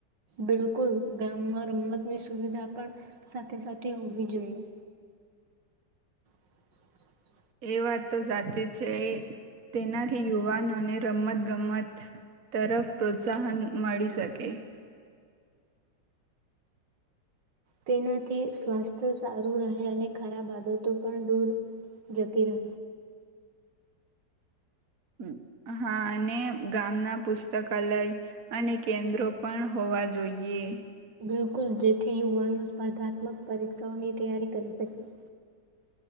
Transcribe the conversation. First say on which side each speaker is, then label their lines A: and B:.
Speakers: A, on the right; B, on the right.
A: બિલકુલ ઘણ ગામમાં રમતની સુવિધા પણ સાથે સાથે હોવી જોઈએ. <inaudible>
B: એ વાત તો સાચી છે એ તેનાથી યુવાનોને રમતગમત તરફ પ્રોત્સાહન મળી શકે.
A: તેનાથી સ્વાસ્થ્ય સારું રહે અને ખરાબ આદતો પણ દૂર જતી રહે.
B: હમ્મ હા અને ગામના પુસ્તકાલય અને કેન્દ્રો પણ હોવા જોઈએ.
A: બિલકુલ જેથી યુવાનો સ્પર્ધાત્મક પરીક્ષાઓની તૈયારી કરી શકે.